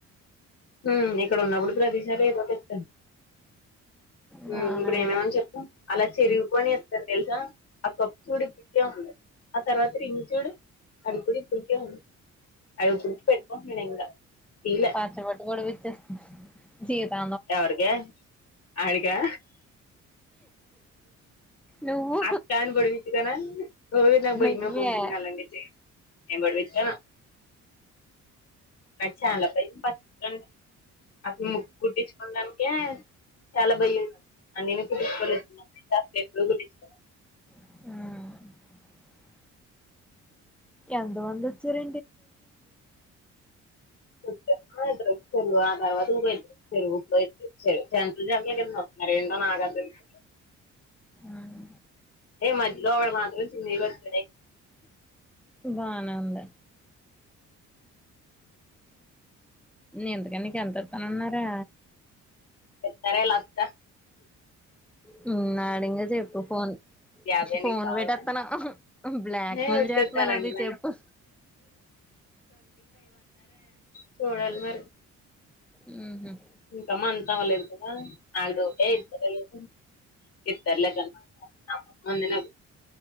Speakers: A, on the left (about 55°); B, in the centre.
A: ఉ ఇక్కడ ఉన్నప్పుడు ప్రతీ సారి ఏదోకటిత్తాను
B: బానే
A: మ్ ఇప్పుడు
B: ఉంది
A: ఏమేమని చెప్పు అలా చెరుగిపోయిని ఇత్తాడు తెలుసా ఆ కప్పు చూడు ఇప్పుడికీఉంది ఆ తర్వాత రింగ్ చూడు అది కూడా ఇప్పుడుకే ఉంది అది ఇప్పటికి పెట్టుకుంటున్నాడు ఇంకా తీలే
B: పాచపట్కోడు విచ్చేస్తుంది జీతం
A: ఎవరికి ఆడికా
B: నువ్వు
A: అత్తా అని పొడిపిచ్చు కోన ఓయ్ నాకు భయమే
B: నువ్వే
A: బాబు నేన్ అలాంటివి చేయను ఎంబడ పెట్టుకోను నాకు చాలా భయం పట్టుకుంది అదీ కుట్టించుకోనడానికే చాలా భయం నాకు అని కట్టించుకోలేదు నా బిడ్డ అసల్ ఎప్పుడ కుట్టికో
B: మ్మ్ ఎంత మంది వచ్చారు
A: <unintelligible> ఇద్దరొచ్చారు ఆ తర్వాత ఇంకో ఇద్దరొచ్చారు. ముప్పైటికీ వచ్చారు <inaudible> నాకదేందో అర్థం కాలే
B: ఉమ్
A: ఏ మధ్యలో ఒకడు మాత్రం సింగిల్గా వచ్చా
B: బానే ఉంది ఇంతకీ నీకు ఎంత ఇత్తానన్నారే
A: సరేలాత్త
B: మ్మ్ నాడింగా చెప్పు ఫోన్
A: యాభై
B: ఫోన్
A: నీకు కావాలా
B: పెట్టేత్తను బ్లాక్మెెయిల్
A: ఏ వద్దొద్దు
B: చేత్తన్నాను
A: అలాంటి
B: అది
A: పని
B: చెప్పు
A: చూడలీ మరి
B: హ్మ్మ్ హ్మ్మ్
A: ఇంక మంత్ అవ్వలేదు కదా నాకు డౌటే ఇ ఇర్లేక <unintelligible>